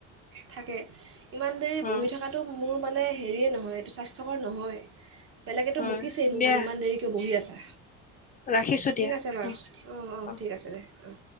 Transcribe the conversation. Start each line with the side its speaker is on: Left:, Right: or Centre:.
Right: থাকে ইমান দেৰি বহি
Left: অ
Right: থকাটো মোৰ মানে হেৰিয়ে নহয় এইটো স্বাস্থ্যকৰ নহয় বেলেতো
Left: হয়
Right: বকিছে মোক
Left: দিয়া
Right: মানে ইমান দেৰি কিয় বহি আছা
Left: ৰাখিছো
Right: ঠিক
Left: দিয়া
Right: আছে বাৰু
Left: অ
Right: অঁ অঁ
Left: অ
Right: ঠিক আছে দে অঁ